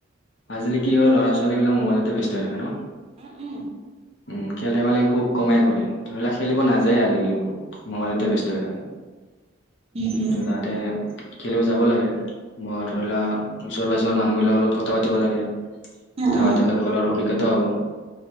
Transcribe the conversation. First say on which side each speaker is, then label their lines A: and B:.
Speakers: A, on the left; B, on the right.
A: আজিলি কি হয়', ল'ৰা ছোৱালীবিলাক মোবলতে ব্যস্ত হৈ থাকে ন?
B: উম উম।
A: উম খেল ধেমালি খুব কমাই কৰে। ধৰি লা খেলিব
B: উম
A: নাযায় আজিকালি বহুত, মোবাইলতে
B: উম
A: ব্যস্ত হৈ থাকে।
B: উম উম
A: ত তাত তে খেলিব যাব লাগে। মই ধৰি লোৱা ওচৰ-পাজৰৰ মানুহবিলাকৰ লগত কথা পাতিব লাগে। তা
B: উম উম উম
A: তেখেত লোকৰ অভিজ্ঞতা হব।